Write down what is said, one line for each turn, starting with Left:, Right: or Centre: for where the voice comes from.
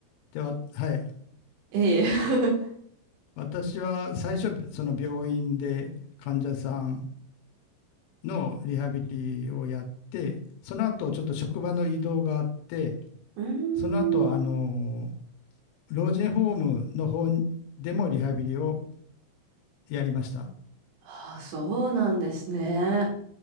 Left: では、わはい。
Right: ええ。
Left: 私は最初、その病院で患者さんのリハビリをやって、その後ちょっと職場の移動があって、
Right: <laughs> うーん。
Left: その後はあの老人ホームの方でもリハビリをやりました。
Right: ああ、そうなんですね。